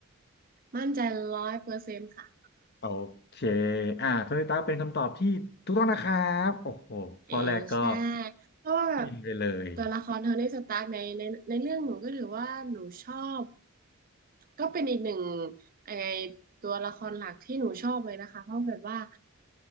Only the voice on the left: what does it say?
โอเคอ่าโทนี่สตาร์กเป็นคำตอบที่ถูกต้องนะครับโอ้โหข้อแรกก็
กินไปเลย